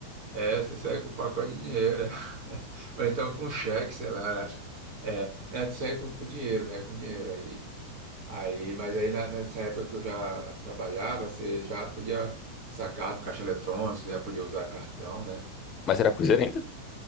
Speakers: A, on the right; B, on the left.
A: É, você sai com um pacote de dinheiro. <laughs> Ou então com cheque, sei lá. era- É, né, tu sai com, com dinheiro, né? Com dinheiro aí. Aí, mas aí na- nessa época que eu já trabalhava, você já podia sacar do caixa eletrônico, você já podia usar cartão, né?
B: Mas era Cruzeiro ainda?